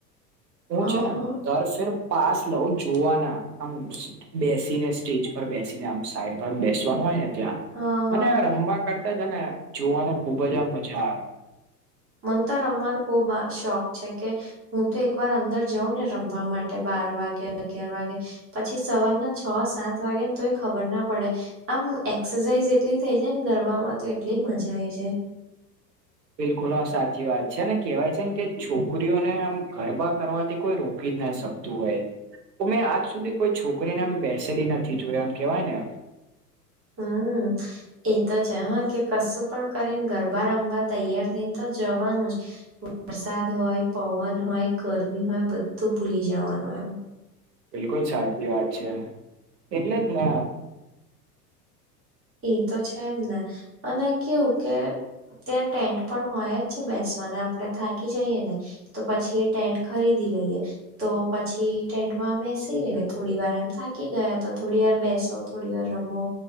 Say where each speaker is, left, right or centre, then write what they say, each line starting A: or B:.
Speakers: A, on the right (about 75°); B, on the right (about 25°).
A: હું છે
B: અ
A: ને
B: હ
A: દર ફેર પાસ લઉં જોવાના, આમ બેસીને સ્ટેજ ઉપર બેસીને આ સાઈડ પર બેસવાનું હોયને, ત્યાં
B: હા હા
A: મને રમવા તે છે ને જોવાનો ખુબ જ આમ મજા આવે.
B: મન તો રમવાનો બો શોખ છે કે હું તો એક વાર અંદર જાઉંને રમવા માટે બાર વાગે, અગિયાર વાગે પછી સવારના છ, સાત વાગે ને તો એ ખબર ના પડે. આમ એક્સરસાઇઝ એટલી થઇ જાયને ગરબામાં તો એટલી મજા આઈ જાય.
A: બિલકુલ હા સાચી વાત છે ને કેહેવાય છે ને કે છોકરીઓને આમ ગરબા કરવાથી કોઈ રોકી જ ના શકતું હોય. કે મેં આજ સુધી કોઈ છોકરીને એમ બેસેલી નથી જોઈ એમ કેવાયને.
B: હમમ. એ તો છે હા, કે કશું પણ કરીને ગરબા રમવા તૈયાર થઈને તો જવાનું જ. વરસાદ હોય, પવન હોય, ગરમી હોય બધું ભૂલી જવાનુંય એમ.
A: બિલકુલ સાચી વાત છે એટલે જ ને
B: ઈ તો છે જ ને અને કેવું કે ત્યાં ટેન્ટ પણ હોય જ છે બેસવાના, આપણે થાકી જઈએ ને તો પછી એ ટેન્ટ ખરીદી લઈએ. તો પછી ટેન્ટમાં બેસી રહેવાય થોડી વાર એમ થાકી ગયા તો થોડી વાર બેસો. થોડી વાર રમો,